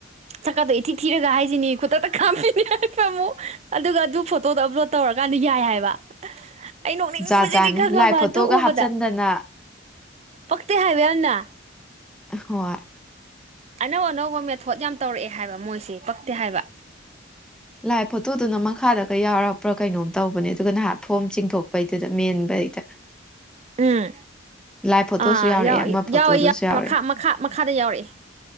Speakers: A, on the right; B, in the centre.
A: ꯁꯛꯀꯥꯗꯣ ꯏꯊꯤ ꯊꯤꯔꯒ ꯍꯥꯏꯁꯤꯅꯤ ꯈꯨꯗꯛꯇ ꯀꯥꯞꯄꯤꯅꯤ ꯍꯥꯏꯕ ꯑꯃꯨꯛ ꯑꯗꯨꯒ ꯑꯗꯨ ꯐꯣꯇꯣꯗꯣ ꯑꯞꯂꯣꯠ ꯇꯧꯔꯀꯥꯟꯗ ꯌꯥꯏ ꯍꯥꯏꯕ ꯑꯩ ꯅꯣꯛꯅꯤꯡꯕꯁꯤꯗꯤ
B: ꯖꯥꯠ ꯖꯥꯠꯅꯤ
A: ꯈꯪꯉꯕ
B: ꯂꯥꯏ ꯐꯣꯇꯣꯒ
A: ꯑꯗꯨ ꯎꯕꯗ
B: ꯍꯥꯞꯆꯟꯗꯅ
A: ꯄꯛꯇꯦ ꯍꯥꯏꯕ ꯌꯥꯝꯅ
B: ꯑꯍꯣꯏ
A: ꯑꯅꯧ ꯑꯅꯧꯕ ꯃꯦꯊꯣꯠ ꯌꯥꯝ ꯇꯧꯔꯛꯑꯦ ꯍꯥꯏꯕ ꯃꯣꯏꯁꯦ ꯄꯛꯇꯦ ꯍꯥꯏꯕ
B: ꯂꯥꯏꯞ ꯐꯣꯇꯣꯗꯨꯅ ꯃꯈꯥꯗꯒ ꯌꯥꯎꯔꯛꯄ꯭ꯔꯥ ꯀꯩꯅꯣꯝ ꯇꯧꯕꯅꯦ ꯑꯗꯨꯒ ꯅꯍꯥꯟ ꯐꯣꯝ ꯆꯤꯡꯊꯣꯛꯄꯩꯗꯨꯗ ꯃꯦꯟꯕꯩꯗ <unintelligible>
A: ꯎꯝ
B: ꯂꯥꯏ ꯐꯣꯇꯣꯁꯨ
A: ꯑꯥ
B: ꯌꯥꯎꯔꯛꯑꯦ
A: ꯌꯥꯎ
B: ꯑꯃ ꯐꯣꯇꯣꯗꯨꯁꯨ
A: ꯌꯥꯎꯏ ꯌꯥꯎ
B: ꯌꯥꯎꯔꯛꯑꯦ
A: ꯃꯈꯥ ꯃꯈꯥ ꯃꯈꯥꯗ ꯌꯥꯎꯔꯏ